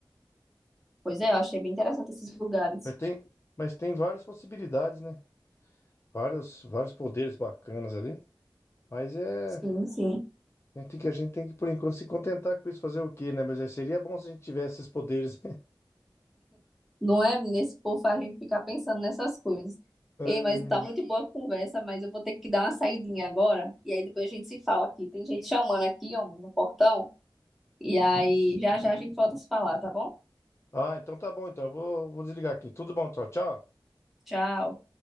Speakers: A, in the centre; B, on the left.
A: Pois é, eu achei bem interessante esses lugares.
B: Mas tem, mas tem várias possibilidades, né? Vários, vários poderes bacanas ali. Mas é,
A: Sim, sim.
B: a gente tem que, a gente tem que por enquanto se contentar com isso, fazer o quê, né? Mas aí seria bom se a gente tivesse esses poderes. <laughs>
A: Não é, menina? Esse povo faz a gente ficar pensando nessas coisas.
B: É,
A: Ei, mas tá muito boa a conversa, mas eu vou ter que dar uma saidinha agora, e aí depois a gente se fala aqui. Tem gente chamando aqui, ó, no portão. E aí, já já a gente volta a se falar, tá bom?
B: Ah, então tá bom. Então eu vou, vou desligar aqui. Tudo bom, tchau, tchau.
A: Tchau.